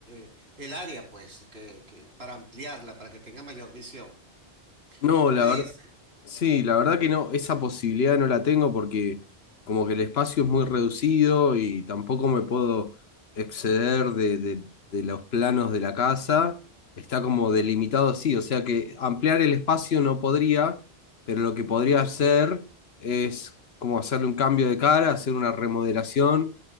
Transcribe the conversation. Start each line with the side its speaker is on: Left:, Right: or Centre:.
Right: eh, el área, pues, que, que- para ampliarla, para que tenga mayor visión.
Left: No,
Right: Tú
Left: la
Right: me
Left: verdad,
Right: dices.
Left: sí, la verdad que no, esa posibilidad no la tengo porque como que el espacio es muy reducido y tampoco me puedo exceder de, de- de los planos de la casa, está como delimitado así, o sea que ampliar el espacio no podría, pero lo que podría hacer es como hacerle un cambio de cara, hacer una remodelación